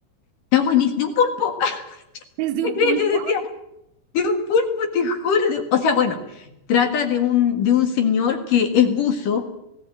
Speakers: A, on the left; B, on the right.
A: está buenísimo, de un pulpo.
B: ¿Desde
A: ¿Te
B: un
A: crees?
B: pulpo?
A: Yo decía, de un pulpo, te juro. de- O sea, bueno, trata de un, de un señor que es buzo